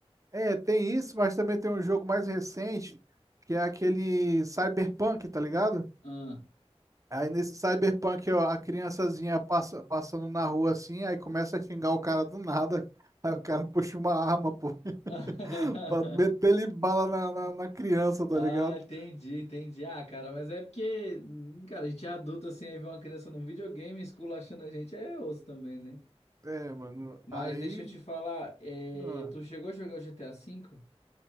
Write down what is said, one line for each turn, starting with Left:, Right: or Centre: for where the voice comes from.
Right: É, tem isso, mas também tem um jogo mais recente, que é aquele Cyberpunk, tá ligado?
Left: Ah.
Right: Aí nesse Cyberpunk, ó, a criançazinha passa, passando na rua assim, aí começa a xingar o cara do nada. <laughs> Aí o cara puxa uma arma, pô, <laughs>
Left: <laughs>
Right: pra meter ele bala na, na na criança, tá
Left: Ah,
Right: ligado?
Left: entendi, entendi. Ah, cara, mas é porque, hum, cara, a gente é adulto assim, aí vê uma criança num videogame esculachando a gente, é osso também, né?
Right: É, mano,
Left: Mas
Right: aí
Left: deixa eu te falar, é,
Right: Ah,
Left: tu chegou a jogar o GTA V?